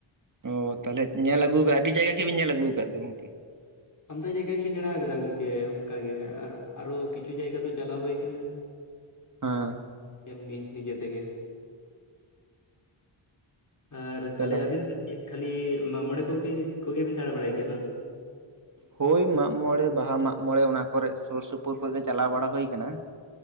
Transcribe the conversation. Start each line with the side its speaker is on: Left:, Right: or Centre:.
Right: ᱚᱸᱻ ᱛᱟᱦᱟᱞᱮ ᱧᱮᱞ ᱟᱹᱜᱩ ᱠᱟᱜᱼᱟ ᱾ᱟᱹᱰᱤ ᱡᱟᱭᱜᱟ, ᱜᱮᱵᱮᱱ ᱧᱮᱞ ᱟᱹᱜᱩ ᱟᱠᱟᱫ ᱾ᱫᱚ ᱜᱚᱝᱠᱮ᱾
Left: ᱟᱢᱫᱟ ᱡᱟᱭᱜᱟ ᱜᱮᱞᱤᱧ ᱫᱟᱲᱟ ᱟᱠᱟᱫᱟ ᱜᱚᱝᱠᱮ ᱾ᱚᱱᱠᱟ ᱜᱮ, ᱟᱨ ᱟᱨᱚ ᱠᱤᱪᱷᱩ ᱡᱟᱭᱜᱟ ᱫᱚ, ᱪᱟᱞᱟ-ᱣ ᱦᱩᱭ ᱟᱠᱟᱱᱟ᱾
Right: ᱦᱟᱻ
Left: ᱮᱢᱱᱤ ᱾ᱱᱤᱡᱮ ᱛᱮᱜᱮ ᱟᱨ᱾ ᱛᱟᱦᱟᱞᱮ
Right: ᱪᱟᱞᱟᱣ
Left: ᱟᱹᱵᱤᱱ ᱫᱚ ᱪᱮᱫ, ᱠᱷᱟᱹᱞᱤ ᱢᱟᱜᱽ ᱢᱚᱬᱮᱸ ᱠᱚ-ᱜᱮ, ᱠᱚ-ᱜᱮ ᱵᱤᱱ ᱫᱟᱲᱟ ᱵᱟᱲᱟ᱾ᱭ ᱜᱮᱭᱟ᱾ ᱵᱟᱝ?
Right: ᱦᱳᱭ ᱢᱟᱜᱽ ᱢᱚᱬᱮᱸ, ᱵᱟᱦᱟ ᱢᱟᱜᱽ ᱢᱚᱬᱮᱸ, ᱚᱱᱟ ᱠᱚᱨᱮ ᱥᱩᱨ ᱥᱩᱯᱩᱨ ᱠᱚ ᱜᱮ, ᱪᱟᱞᱟ-ᱣ ᱵᱟᱲᱟ ᱾ᱦᱩᱭ ᱟᱠᱟᱱᱟ